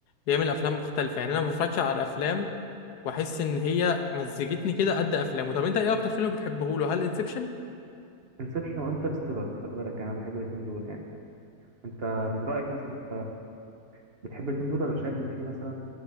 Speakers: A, on the left; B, on the right.
A: بيعمل افلام مختلفه يعني انا ما بفرجش على افلام واحس ان هي مزجتني كده قد افلامه طب انت ايه اكتر فيلم بتحبه له هل انسبشن
B: انسبشن وانترستيلر خلي بالك يعني انا بحب الاتنين دول يعني انت من رأيك مثلا انت بتحب الاتنين دول ولا شايف ان في مثلا